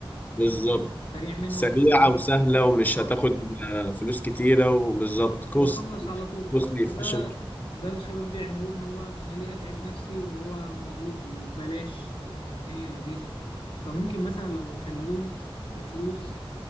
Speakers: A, on the left (about 20°); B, on the left (about 70°).
A: بالظبط
B: سريع منه
A: سريعة
B: تخليني
A: وسهلة ومش
B: اه
A: هتاخد آه، فلوس كتيرة وبالظبط
B: اه
A: كوست
B: واخلص على طول
A: كوستلي
B: ده
A: efficient
B: ده الشباب بيعملوه ان هو انا ليه اتعب نفسي وهو موجود وببلاش والدنيا لذيذة فممكن مثلا لو خلوه بفلوس